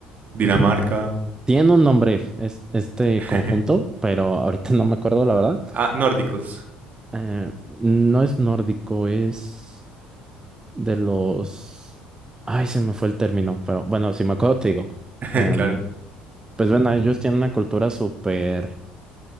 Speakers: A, on the right; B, on the right.
A: Dinamarca.
B: Ujú. Tiene un nombre es- este
A: <laughs>
B: conjunto, pero ahorita no me acuerdo la verdad.
A: Ah, nórdicos.
B: Eh, no es nórdico, es de los... Ay, se me fue el término, pero bueno, si me acuerdo te digo.
A: <laughs>
B: Em,
A: Claro.
B: pues bueno, ellos tienen una cultura súper